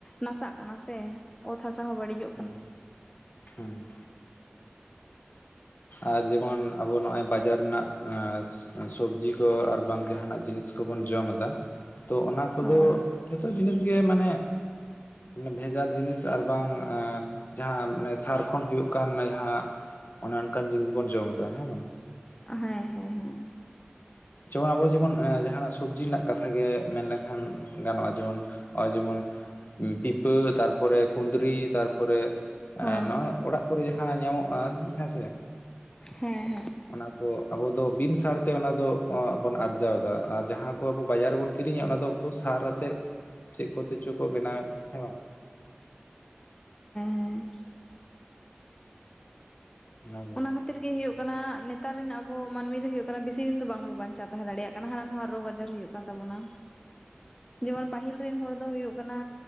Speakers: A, on the left; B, on the left.
A: ᱱᱟᱥᱟᱜ ᱠᱟᱱᱟ ᱥᱮ ᱚᱛ ᱦᱟᱥᱟ ᱦᱚᱸ ᱵᱟᱹᱲᱤᱡᱚᱜ ᱠᱟᱱᱟ᱾
B: ᱦᱩᱸ ᱦᱩᱸ ᱟᱨ ᱡᱮᱢᱚᱱ ᱟᱵᱚ ᱱᱚᱜ-ᱚᱭ ᱵᱟᱡᱟᱨ ᱨᱮᱱᱟᱜ ᱼᱼ ᱥᱚᱵᱽᱡᱤ ᱠᱚ ᱟᱨ ᱵᱟᱝ ᱡᱟᱦᱟᱱᱟᱜ ᱡᱤᱱᱤᱥ ᱠᱚᱵᱚᱱ ᱡᱚᱢ ᱫᱟ ᱛᱚ ᱚᱱᱟ ᱠᱚᱫᱚ
A: ᱦᱳᱭ
B: ᱼᱼ ᱡᱚᱛᱚ ᱡᱤᱱᱤᱥ ᱜᱮ ᱢᱟᱱᱮ ᱼᱼ ᱵᱷᱮᱡᱟᱞ ᱡᱤᱱᱤᱥ ᱟᱨ ᱵᱟᱝ ᱡᱟᱦᱟᱸ ᱢᱟᱱᱮ ᱥᱟᱨ ᱠᱷᱚᱱ ᱦᱩᱭᱩᱜ ᱠᱟᱱ ᱡᱟᱦᱟᱸ ᱼᱼ ᱚᱱᱮ ᱚᱱᱠᱟᱱ ᱡᱤᱱᱤᱥ ᱵᱚᱱ ᱡᱚᱢ ᱮᱫᱟ ᱦᱮᱸ ᱵᱟᱝ?
A: ᱦᱮᱸ ᱦᱮᱸ ᱦᱮᱸ ᱾
B: ᱡᱮᱢᱚᱱ ᱟᱵᱚ ᱡᱮᱢᱚᱱ ᱡᱟᱦᱟ ᱱᱟᱜ ᱥᱚᱵᱽᱡᱤ ᱨᱮᱱᱟᱜ ᱠᱟᱛᱷᱟᱜ ᱜᱮ ᱢᱮᱱ ᱞᱮᱠᱷᱟᱱ ᱜᱟᱱᱚᱜ-ᱟ ᱡᱮᱢᱚᱱ ᱼᱼ ᱚᱭ ᱡᱮᱢᱚᱱ ᱯᱤᱯᱟᱹ ᱛᱟᱨᱯᱚᱨᱮ ᱠᱩᱸᱫᱽᱨᱤ ᱛᱟᱨᱯᱚᱨᱮ ᱼᱼ
A: ᱦᱳᱭ
B: ᱱᱚᱜ-ᱚᱭ ᱚᱲᱟᱜ ᱠᱚᱨᱮ ᱡᱟᱦᱟᱸ ᱧᱟᱢᱚᱜ-ᱟ ᱦᱮᱸᱥᱮᱼᱼ
A: ᱦᱮᱸ ᱦᱮᱸ
B: ᱚᱱᱟ ᱠᱚ ᱟᱵᱚ ᱫᱚ ᱵᱤᱱ ᱥᱟᱨᱛᱮ ᱚᱱᱟ ᱫᱚ ᱼᱼ ᱵᱚᱱ ᱟᱨᱡᱟᱣ ᱮᱫᱟ ᱟᱨ ᱡᱟᱦᱟᱸ ᱠᱚ ᱟᱵᱚ ᱵᱟᱡᱟᱨ ᱨᱮᱵᱚᱱ ᱠᱤᱨᱤᱧᱟ ᱚᱱᱟ ᱫᱚ ᱩᱱᱠᱩ ᱥᱟᱨ ᱟᱛᱮᱫ ᱼᱼ ᱪᱮᱫ ᱠᱚᱛᱮ ᱪᱚ ᱠᱚ ᱵᱮᱱᱟᱣᱮᱫ ᱦᱮᱸ ᱵᱟᱝ?
A: ᱦᱮᱸ
B: ᱚᱱᱟᱜᱮ
A: ᱚᱱᱟ ᱠᱷᱟᱹᱛᱤᱨ ᱜᱮ ᱦᱩᱭᱩᱜ ᱠᱟᱱᱟ ᱱᱮᱛᱟᱨ ᱨᱮᱱ ᱟᱵᱚ ᱢᱟᱹᱱᱢᱤ ᱫᱚ ᱦᱩᱭᱩᱜ ᱠᱟᱱᱟ ᱵᱮᱥᱤ ᱫᱤᱱ ᱫᱚ ᱵᱟᱝᱵᱚ ᱵᱟᱧᱪᱟᱣ ᱛᱟᱦᱮᱸ ᱫᱟᱲᱮᱭᱟᱜ ᱠᱟᱱᱟ ᱦᱟᱱᱟ ᱱᱚᱣᱟ ᱨᱳᱜᱽ ᱟᱡᱟᱨ ᱦᱩᱭᱩᱜ ᱠᱟᱱᱟ ᱾ ᱠᱟᱱ ᱛᱟᱵᱚᱱᱟ᱾
B: <inaudible>
A: ᱡᱮᱢᱚᱱ ᱯᱟᱹᱦᱤᱞ ᱨᱮᱱ ᱦᱚᱲ ᱫᱚ ᱦᱩᱭᱩᱜ ᱠᱟᱱᱟ